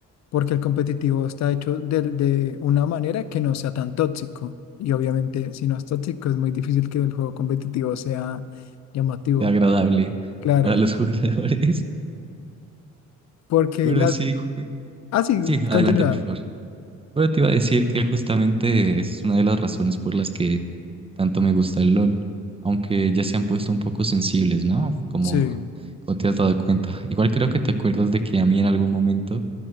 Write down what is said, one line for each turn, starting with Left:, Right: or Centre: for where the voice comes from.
Left: porque el competitivo está hecho de, de una manera que no sea tan tóxico. Y obviamente, si no es tóxico, es muy difícil que el juego competitivo sea llamativo.
Right: Sea agradable
Left: Claro,
Right: para los <laughs> jugadores.
Left: porque
Right: Bueno,
Left: la...
Right: sí, ju-
Left: Ah, sí,
Right: sí,
Left: continúa.
Right: adelante por favor. Pero te iba a decir que justamente es una de las razones por las que tanto me gusta el LOL, aunque ya se han puesto un poco sensibles, ¿no? Como,
Left: Sí,
Right: como te has dado cuenta. Igual creo que te acuerdas de que a mí en algún momento